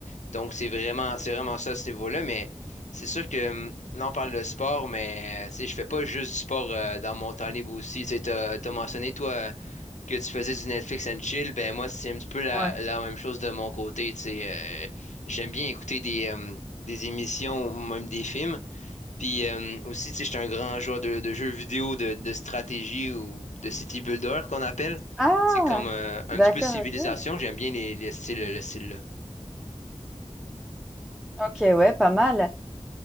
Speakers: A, on the left; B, in the centre.
A: donc c'est vraiment, c'est vraiment ça, ce niveau-là, mais. C'est sûr que hum, là, on parle de sport, mais euh, tu sais, je fais pas juste du sport euh, dans mon temps libre aussi. Tu sais, t'as, t'as mentionné, toi, euh, que tu faisais du Netflix and chill. Ben, moi, c'est un petit peu la,
B: Ouais.
A: la même chose de mon côté. Tu sais, euh, j'aime bien écouter des, hum, des émissions ou même des films. Puis hum, aussi, tu sais, j'étais un grand joueur de, de jeux vidéo de, de stratégie ou de city builder qu'on appelle.
B: Ah,
A: C'est comme euh, un
B: d'accord,
A: petit peu civilisation.
B: ok.
A: J'aime bien les, les styles, le style-là.
B: Ok, ouais, pas mal.